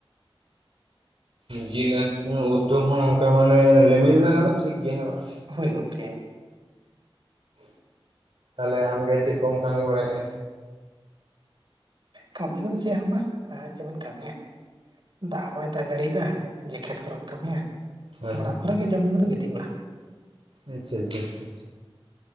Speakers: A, on the right; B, on the right.
A: ᱡᱤᱞ ᱦᱟᱠᱩ ᱩᱛᱩ ᱦᱚᱸ ᱚᱱᱠᱟ ᱢᱟᱱᱮ ᱞᱤᱢᱤᱱ ᱨᱮᱱᱟᱜ ᱦᱚ ᱴᱷᱤᱠ ᱜᱮᱭᱟ ᱦᱮᱸ ᱵᱟᱝ?
B: ᱦᱳᱭ ᱜᱚᱝᱠᱮ
A: <inaudible> ᱛᱟᱦᱚᱞᱮ ᱟᱢ ᱜᱮ ᱪᱮᱫ ᱠᱚᱢ ᱠᱟᱹᱢᱤ ᱵᱟᱲᱟᱭᱮᱜᱼᱟ?
B: ᱠᱟᱹᱢᱤ ᱠᱚᱫᱚ ᱪᱮᱫ ᱦᱚᱸ ᱵᱟᱝ ᱟᱨ ᱪᱮᱫ ᱵᱚᱱ ᱠᱟᱹᱢᱤᱭᱟ <inaudible> ᱫᱟᱜ ᱦᱚᱸ ᱵᱟᱭ ᱫᱟᱜ ᱡᱟᱹᱲᱤᱭᱮᱫᱟ᱾ ᱡᱮ ᱠᱷᱮᱛ ᱠᱚᱨᱮ ᱵᱚᱱ ᱠᱟᱹᱢᱤᱭᱟ <inaudible>
A: ᱦᱳᱭ
B: ᱚᱲᱟᱜ ᱠᱚᱨᱮ ᱜᱮ ᱡᱚᱢ ᱧᱩ ᱠᱟᱛᱮ ᱜᱤᱛᱤᱡ ᱵᱟᱲᱟ᱾
A: ᱟᱪᱪᱷᱟ ᱪᱷᱟ ᱪᱷᱟ,